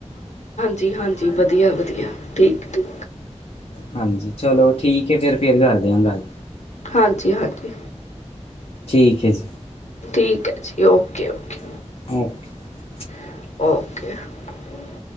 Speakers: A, on the left; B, on the left.
A: ਜੀ ਹਾਂਜੀ ਵਧੀਆ ਵਧੀਆ-ਠੀਕ ਠੀਕ
B: ਹਾਂਜੀ, ਚਲੋ ਠੀਕ ਏ ਫਿਰ, ਫਿਰ ਕਰਦੇ ਆ ਗਲ
A: ਹਾਂਜੀ ਹਾਂਜੀ
B: ਠੀਕ ਹੈ ਜੀ।
A: ਠੀਕ ਐ ਜੀ ਓਕੇ ਓਕੇ।
B: <inaudible>
A: <unintelligible>